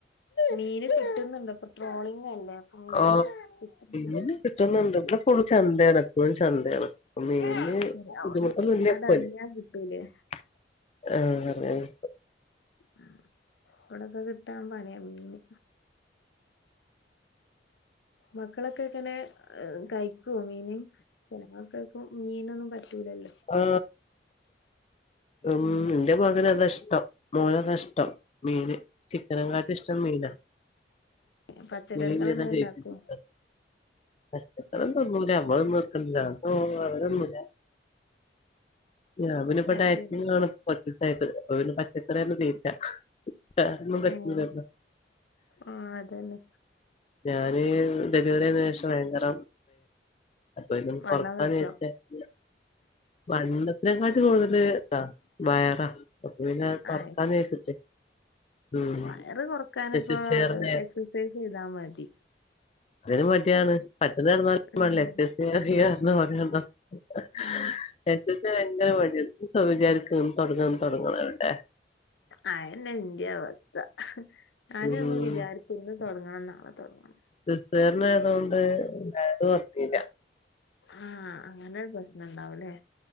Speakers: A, on the left; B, on the left.
A: മീന് കിട്ടുന്നുണ്ടോ? ഇപ്പൊ ട്രോളിങ് അല്ലേ? അപ്പൊ മീനും
B: ഓ
A: കിട്ടുന്നുണ്ട്
B: മിന് കിട്ടുന്നുണ്ട്. ഇപ്പം ഫുൾ ചന്തയാണ് എപ്പോഴും ചന്തയാണ്. മീനിന്
A: ആഹ് ശരി
B: ബുദ്ധിമുട്ടൊന്നുംഇല്ല.
A: അതെറിഞ്ഞാ കിട്ടൂലേ
B: <unintelligible> <unintelligible>
A: ഉം. ഇവിടൊക്കെ കിട്ടാൻ പണിയാ മീന്. മക്കളൊക്കെ എങ്ങനെ കഴിക്കുവോ മീൻ? ചില മക്കൾക്കു ഇപ്പൊ മീനൊന്നും പറ്റൂലല്ലോ?
B: ആ. ഉം.
A: ആഹ്
B: എന്റെ മകന് അതാഇഷ്ടം. മോന് അതാ ഇ ഷ്ടം മീന് ചിക്കനെ കാട്ടി ഇഷ്ടം മീനാ. <unintelligible>
A: ഏഹ് പച്ചക്കറികളെന്തേണ്ടാക്കോ
B: <unintelligible> ഞാൻ പിന്നെ
A: അത്
B: ഡയ
A: ശരി
B: <unintelligible> കുറച്ചു ദിവസായിട്ട് പച്ചക്കറിയൊന്നു തീരില്ല. <unintelligible>
A: ഉം ആ അത് തന്നെ.
B: ഞാന് ഡെലിവറികഴിഞ്ഞശേഷം ഭയങ്കരം അപ്പഴേക്കും
A: വണ്ണം
B: കൊറക്കാന്ന്
A: വെച്ചോ
B: വിചാരിച്ചി വണ്ണത്തേക്കാട്ടി കൂടുതല് ഇതാ വയറാ അപ്പ പിന്നെ കൊറക്കാന്ന്
A: ആ
B: വെച്ചിട്ട് ഉം
A: വയറ് കുറക്കാന്
B: എക്സൈസ്
A: ഇപ്പ
B: ചെയ്യാർന്നെ
A: എക്സസൈസ്ചെയ്താ മതി.
B: അതിന് മടിയാണ് പട്ടിണി കിട്ടാനാലും
A: ഉം
B: വേണ്ടില്ല. എക്സസൈസ് ചെയ്യാൻ <unintelligible>
A: ആ
B: എക്സസ് ചെയ്യാൻ ഭയങ്കര മടിയാ. ഇന്ന് ഇപ്പം വിചാരിക്കും തൊട്ങ്ങണം തുടങ്ങണമെന്ന്എവിടെ
A: അന്നെയാ എന്റെയും അവസ്ഥ. ഞാനും
B: ഉം
A: അങ്ങ് വിചാരി ഇന്ന് തുടങ്ങാം നാളെ തുടങ്ങാം
B: സിസേറിയനായതുകൊണ്ട് വയറ് കുറഞ്ഞില്ല.
A: ആ അങ്ങനെ ഒരു പ്രശ്നം ഉണ്ടാവുല്ലേ?